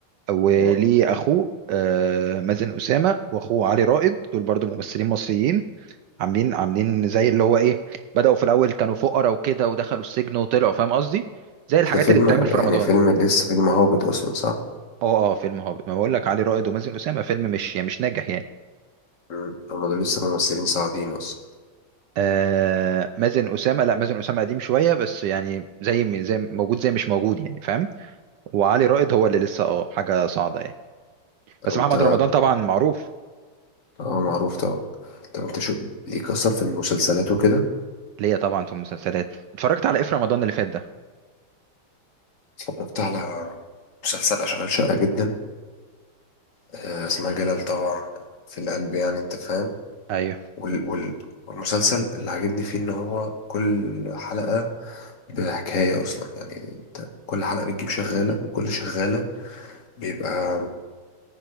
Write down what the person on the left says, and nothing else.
اه
بس ده فيلم
يعني
فيلم لسه فيلم هابط اصلا صح
مم. هما دول لسه ممثلين صاعدين اصلا
طب
انت
اه معروف طبعا طب انت شو ليك اصلا في المسلسلات وكده
اتفرجت على مسلسل اشغال شقة جدا آه، اسمها جلال طبعا في القلب يعني انت فاهم
وال وال والمسلسل اللي عاجبني فيه ان هو كل حلقة بحكاية اصلا يعني انت كل حلقة بتجيب شغالة وكل شغالة بيبقى